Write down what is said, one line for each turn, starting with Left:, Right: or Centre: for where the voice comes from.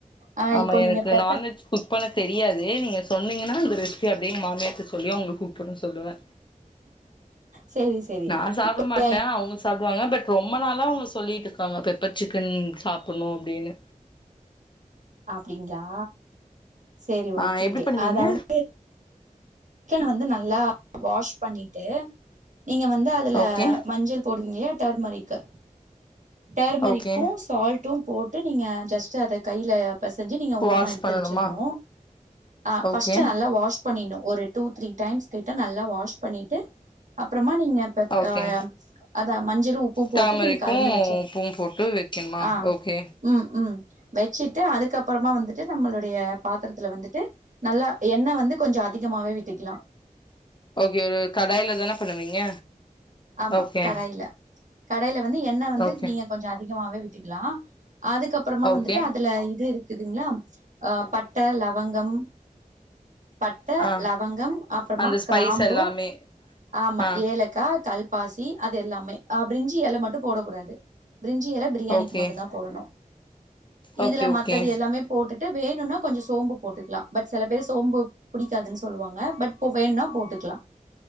Right: ஆ
Left: ஆமா
Right: இப்போ நீங்க
Left: எனக்கு
Right: பெப்பர்
Left: நான்வெஜ் குக் பண்ண தெரியாது நீங்க சொன்னிங்கனா அந்த ரெசிபி அப்டியே எங்க மாமியார்ட சொல்லி அவங்கள குக் பண்ண சொல்லுவ
Right: சரி சரி
Left: நா சாப்ட
Right: இப்ப
Left: மாட்டே அவங்க சாப்டுவாங்க பட் ரொம் ப நாளா அவங்க சொல்லிட்டு இருக்காங்க பெப்பர் சிக்கன் சாப்டணு அப்டினு
Right: அப்டிங்களா செரி
Left: ஆ
Right: ஓகே
Left: எப்டி
Right: ஓகே
Left: பண்ணுவீங்க
Right: அதாவது சிக்கன் வந்து நல்லா வாஷ் பண்ணிட்டு நீங்க வந்து அதுல
Left: ஓகே
Right: மஞ்சள் போடுவீங்க டர்மரிக்கு டர்மரிக்கும்
Left: ஓகே
Right: சால்ட்டும் போட்டு நீங்க ஜஸ்ட்டு அத கையில இப்ப செஞ்சி நீங்க ஓரமா
Left: வாஷ்
Right: எடுத்து
Left: பண்ணணுமா
Right: வச்சிரனு ஆ ஃபர்ஸ்டு
Left: ஓகே
Right: நல்லா வாஷ் பண்ணிட்ணு ஒரு டூ த்ரீ டைம்ஸ் கிட்ட நல்லா வாஷ் பண்ணிட்டு அப்றோ அம்மா நீங்க அப் அத்
Left: ஓகே
Right: ஆயா அத மஞ்சளு உப்பும் போட்டு
Left: டர்மரிக்கு
Right: நீங்க கலந்து வச்
Left: உப்பும் போட்டு வைக்கணுமா
Right: அ
Left: ஓகே
Right: ம் ம் வெச்சு ட்டு அதுக்கப்பறமா வந்துட்டு நம்மளுடைய பாத்தரத்துல வந்துட்டு நல்லா எண்ணெ வந்து கொஞ்சோ அதிகமாவே விட்டுக் கிலா
Left: ஓகே ஒரு கடாயில தான பண்ணுவீங்க
Right: ஆமா
Left: ஓகே
Right: கடாய்ல கடாய்ல வந்து எண்ணெ வந்து
Left: ஓகே
Right: நீங்க கொஞ் சோ அதிகமாவே விட்டுக்கலா அதுக்கப்புறமா
Left: ஓகே
Right: வந்துட்டு அதுல இது இருக் குதுங்களா ஆ பட்ட லவங்கம் பட்ட
Left: ஆ
Right: லவங்கம் அப்பறமா
Left: அந்த ஸ்பைஸ்
Right: கிராம்பு
Left: எல்லாமே
Right: ஆமா
Left: ஆ
Right: ஏலக்கா கல் பாசி அது எல்லாமே பிரிஞ்சி எல மட்டும் போட கூடாது பிரிஞ்சி எல பிரியாணிக்கு
Left: ஓகே
Right: மட்டும் தான் போடணும்
Left: ஓகே
Right: இதுல
Left: ஓகே
Right: மத்தது எல்லாமே போட்டுட்டு வேணும்னா கொஞ்சோ சோம்பு போட்டுக்கலாம் பட் சில பேர் சோம்பு பிடிக்காதுனு சொல்லுவாங்க பட் இப் வேணுனா போட்டுக்கலாம்